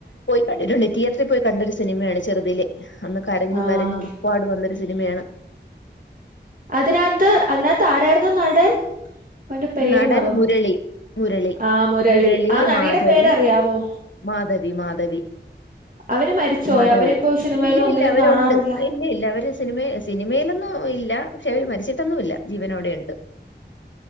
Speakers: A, on the left; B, on the right.
A: കണ്ടിട്ടൊണ്ട് തിയറ്ററി പോയി കണ്ടൊരു സിനിമയാണ് ചെറുതിലെ അന്ന് കരഞ്ഞ്
B: ആഹ്
A: കരഞ്ഞ് ഉപ്പാട് വന്ന് സിനിമയാണ്
B: അതിനത്ത് അതിനത്തരാരുന്നു നടൻ അവന്റെ പേര്
A: നടൻ
B: മറന്നു
A: മുരളി മുരളി
B: ആ
A: മുരളി
B: ആ നടിയുടെ
A: മാധവി
B: പേരറിയാവോ
A: മാധവി മാധവി
B: അവര് മരിച്ചുപോയോ
A: മാധവി
B: അവരിപ്പോ സിനിമയിലും
A: ഇല്ലി
B: ഒന്നിലും
A: ഇല്ല അവരോണ്ട്
B: കാണാറില്ല
A: ഇല്ലി ഇല്ല അവര് സിനിമ സിനിമയിലൊന്നും ഇല്ല പക്ഷെ അവര് മരിച്ചി ട്ടൊന്നും ഇല്ല ജീവനോടെണ്ട്